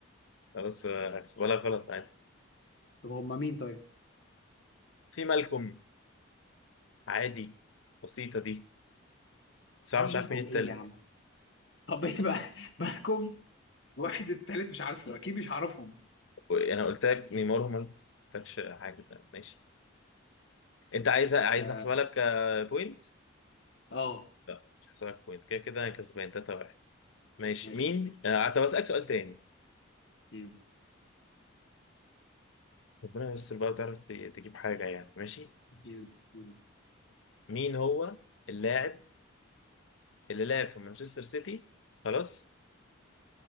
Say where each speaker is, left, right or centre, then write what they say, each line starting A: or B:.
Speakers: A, on the left; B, on the left.
A: لا، بس هحسبها لك غلط
B: طب هم مين طيب
A: في مالكوم عادي بسيطة دي بصراحة
B: يا عم
A: مش
B: مالكم
A: عارف مين التالت
B: ايه يا عم طب ايه بقى <laughs> مالكم واحد التالت مش عارفه اكيد مش عارفهم
A: و- انا قلت لك نيمار ومالكوم ما قلتلكش حاجة تانية. ماشي
B: ماشي
A: انت عايز عايز
B: اه
A: احسبها لك آه، بوينت
B: آه،
A: لا مش هحسبها لك بوينت كده كده انا كسبان 3 1 ماشي
B: ماشي
A: مين آه، طب اسألك سؤال تاني
B: مم.
A: ربنا يستر بقى وتعرف ت- تجيب حاجة يعني ماشي
B: مم. مم.
A: مين هو اللاعب اللي لعب في مانشستر سيتي خلاص